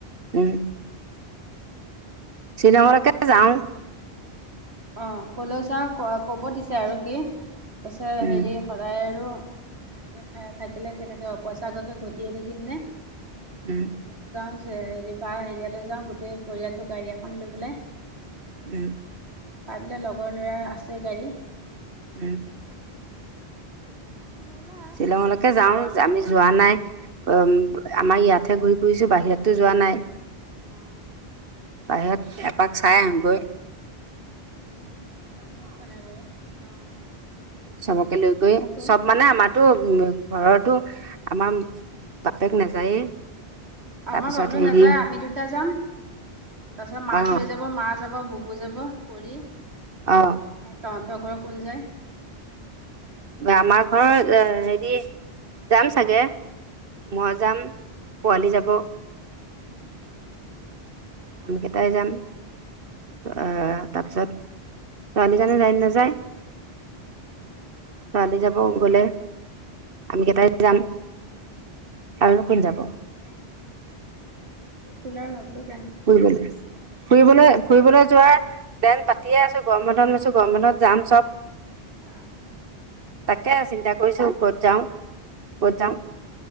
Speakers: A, on the right (about 60°); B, on the right (about 90°).
A: উম শ্বিলঙলৈকে
B: উম।
A: যাওঁ।
B: অ', কলৈ যাওঁ ক- কব দিছে আৰু সি। কৈছে
A: উম
B: হেৰি সদায় আৰু এনেকে থাকিলে কেনেকে অ'- পইচাককে ঘটিয়ে থাকিম নে? শ্বিলঙ
A: উম
B: যাওঁ হেৰি বা হেৰিয়ালৈ যাওঁ, গোটেই পৰিয়ালটো গাড়ী এখন লৈ পেলাই।
A: উম।
B: তাৰ বোলে লগৰ ল'ৰাৰ আছে গাড়ী।
A: উম।
B: ওলা
A: শ্বিলঙলৈকে
B: হেৰি
A: যাওঁ।
B: গৰম বন্ধতে
A: আমি যোৱা নাই। উম আমাৰ ইয়াতহে ঘূৰি ফুৰিছোঁ, বাহিৰততো যোৱা নাই।
B: অ'।
A: বাহিৰত এপাক চাই আহো গৈ।
B: উম, শ্বিলং ময়ো যোৱা নাই বাৰু। অ'।
A: চবকে
B: অৰুণাচল
A: লৈ গৈ,
B: গৈছো
A: চব মানে
B: শ্বিলং
A: আমাৰতো
B: গৈছো।
A: উ- ঘৰৰটো আমাৰ বাপেক নাযায়ে। তাৰপিছত
B: আমাৰ বাব্লু
A: হেৰি
B: নাযায়, আমি দুটা যাম। তাৰ পিছত মাক
A: অ
B: লৈ যাব, মা যাব, বুবু যাব, পৰি আৰু
A: অ
B: তহঁত। ঘৰৰ কোন যায়?
A: আমাৰ ঘৰৰ এ হেৰি, যাম চাগে। মই যাম, পোৱালি যাব।
B: উম।
A: আমি কেইটাই যাম। অ' তাৰপিছত ছোৱালীজনী যায় নে নাযায়। ছোৱালী যাব গ'লে। আমি কেইটাই যাম।
B: উম।
A: আৰু কোন
B: বিপুলটো
A: যাব
B: নাযায়ে, বিপুলৰ বাব্লু
A: ফুৰিবলৈ। ফুৰিবলৈ- ফুৰিবলৈ যোৱাৰ প্লেন পাতিয়ে আছোঁ গৰম বন্ধত। মইছো গৰম বন্ধত যাম চব।
B: অ'।
A: তাকে চিন্তা কৰিছোঁ ক'ত যাওঁ, ক'ত যাওঁ।